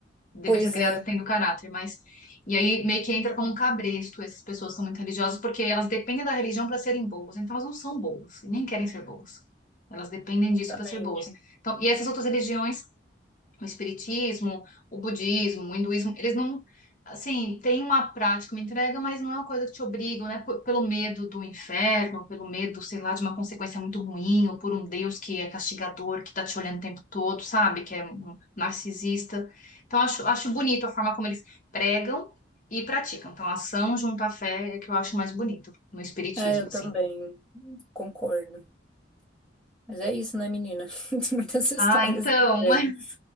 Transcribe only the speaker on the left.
deveria
ser criado
tendo caráter, mas. E aí meio que entra como um cabresto, essas pessoas são muito religiosas porque elas dependem da religião para serem boas, então elas não são boas e nem querem ser boas. Elas dependem disso
para ser boas. Então, e essas outras religiões o espiritismo, o budismo, o hinduísmo, eles não, assim, tem uma prática, uma entrega, mas não é uma coisa que te obrigam, né? P- pelo medo do inferno, pelo medo, sei lá, de uma consequência muito ruim, ou por um Deus que é castigador, que tá te olhando o tempo todo, sabe? Que é um narcisista. Então, acho, acho bonito a forma como eles pregam e praticam. Então, ação junto à fé é que eu acho mais bonito no espiritismo,
assim.
Ah, então,
<laughs> mas,